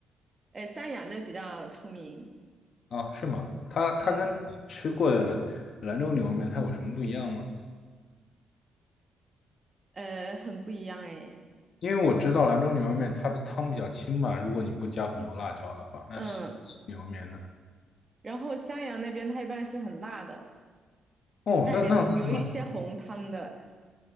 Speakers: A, on the right; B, on the left.
A: 呃，襄阳的比较出名。
B: 啊，是吗？它它跟你吃过的兰州牛肉面它有什么不一样吗？
A: 嗯，呃，很不一样诶。
B: 因为我知道兰州牛肉面它的汤比较清嘛，如果你不加很多辣椒的话，那是牛肉面呢？
A: 嗯，然后襄阳那边它一般是很辣的，
B: 哦，
A: 带一点红，
B: 那那那那，
A: 有一些红汤的。